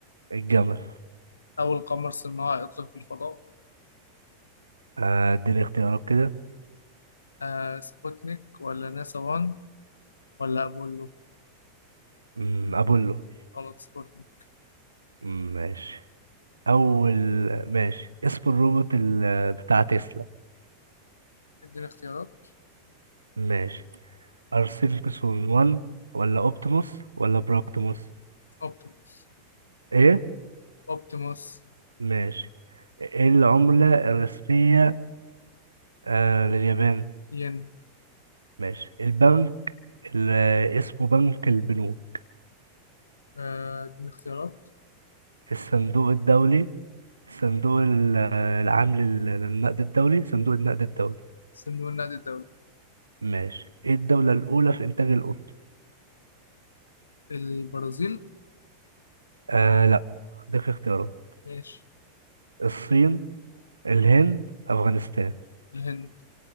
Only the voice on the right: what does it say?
الجمل
آه، اديني اختيارات كده
أمم، أبولو
أمم، ماشي أول
ماشي اسم الروبوت ال... بتاع تسلا
ماشي أرسنكسون 1 ولا أوبتيموس ولا براكتيموس
إيه
ماشي إيه العملة الرسمية آه لليابان
ماشي البنك اللي اسمه بنك البنوك
الصندوق الدولي صندوق ال- العام لل- للنقد الدولي صندوق النقد الدولي
ماشي ايه الدولة الأولى في إنتاج القطن؟
آه لا اديك اختيارات
الصين الهند أفغانستان